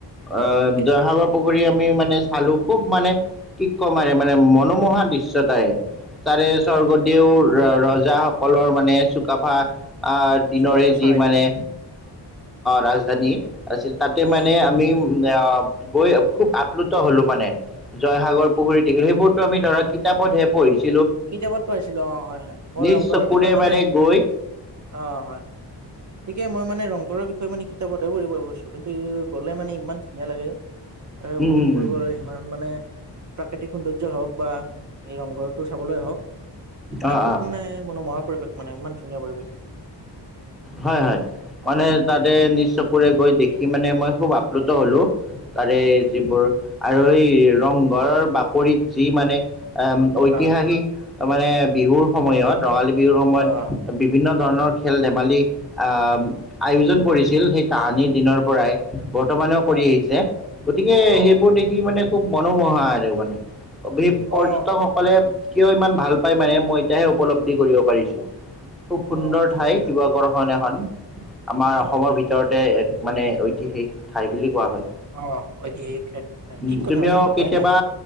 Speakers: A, in the centre; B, on the right (about 45°).
A: আহ
B: ঠিকে ঠিকে
A: জয় হাগৰ
B: ঠিকে
A: পুখুৰী আমি মানে চালো খুব মানে কি কম আৰু
B: অ
A: মানে মনোমোহা দৃশ্য তাই, তাৰে
B: উম
A: স্বৰ্গদেউ
B: উম
A: ৰজ জা সকলৰ মানে চুকাফা আহ দিনৰে
B: চুকাফাৰ চৰাইদেউ
A: যি মানে ৰাজধানী আছিল তাতে
B: হয়
A: মানে
B: হয়
A: আমি উ গৈ খুব আপ্লুত হলো মানে জয়সাগৰ
B: ঠিক
A: পুখুৰী
B: কথা
A: দেখিলো সেইবোৰতো আমি ধৰা কিতাপত হে পঢ়িছ-
B: কিতাপত পঢ়িছিলো অ হয় হয় মই
A: নিজ
B: ৰংঘৰৰ
A: চকুৰে
B: বিষয়ে মানে কি
A: গৈ
B: অ হয় ঠিকেই মই মানে ৰংঘৰ বিষয়ে মানে কিতাপত - কিন্তু গ'লে মানে ইমান ধুনীয়া লাগে। তাৰে
A: উম,
B: উপভোগ
A: উম,
B: কৰিবলৈ
A: উম।
B: ইমান মানে প্ৰাকৃতিক সৌন্দৰ্যয় হওক বা এই ৰংঘৰ। চাবলৈ হওক এনে
A: অ',
B: খুব
A: অ'।
B: মানে মনোমোহা পৰিৱেশ মানে ইমান ধুনীয়া পৰিৱেশ।
A: হয় হয়
B: অ',
A: মানে তাতে নিজ চকুৰে গৈ দেখি মানে মই খুব আপ্লুত হলোঁ। তাৰে
B: ঠিকে ঠিকে
A: যিবোৰ
B: ঠিকে
A: আৰু এই ৰংঘৰৰ বাকৰিত যি মানে। ঐতিহাসিক
B: অ',
A: মানে বিহুৰ সময়ত ৰঙালী বিহুৰ সময়ত
B: অ',
A: বিভিন্ন ধৰণৰ খেল ধেমালি আয়োজন কৰিছিল সেই তাহানি দিনৰ পৰাই। বৰ্তমানেও কৰি
B: হয়
A: আহিছে গতিকে
B: অ',
A: সেইবোৰ দেখি মানে খুব মনোমোহা আৰু মানে। অভি পৰ্যটকসকলে
B: অ',
A: কিয় ইমান ভাল পাই মানে মই এতিয়াহে উপলব্ধি কৰিব পাৰিছো। খুব সুন্দৰ
B: অ', ঠিক
A: ঠাই
B: কথা
A: শিৱসাগৰ। এইখন এখন আমাৰ
B: হয়
A: অসমৰ
B: হয় হয়
A: ভিতৰতে এক মানে ঐতিহাসিক ঠাই বুলি কোৱা হয়।
B: অ', ঐতিহাসিক ক্ষেত্ৰ
A: উম,
B: ঠিক কথা
A: তুমিও
B: কৈছা
A: কেতিয়াবা
B: হয় দিয়া